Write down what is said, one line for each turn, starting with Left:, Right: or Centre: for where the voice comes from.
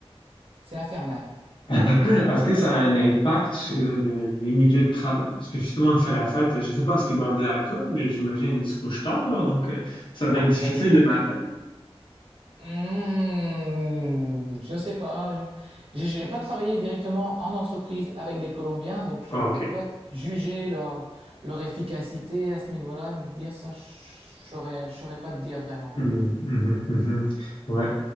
Right: c'est infernal.
Left: <laughs> est-ce que ça a un impact sur le- les milieux de travail? Parce que justement, de fait la fête, je ne sais pas ce qu'ils boivent de l'alcool, mais j'imagine qu'ils se couchent tard, donc euh, ça doit être difficile
Right: Bah écoute,
Left: le matin.
Right: hmm, je sais pas, je- j'ai j'ai pas travaillé directement en entreprise avec des Colombiens, donc je
Left: OK.
Right: peux pas juger leur, leur efficacité à ce niveau-là, ni te dire ça, je je saurais je saurais pas te dire vraiment.
Left: Mhm,
Right: hein.
Left: mhm, mhm. Ouais.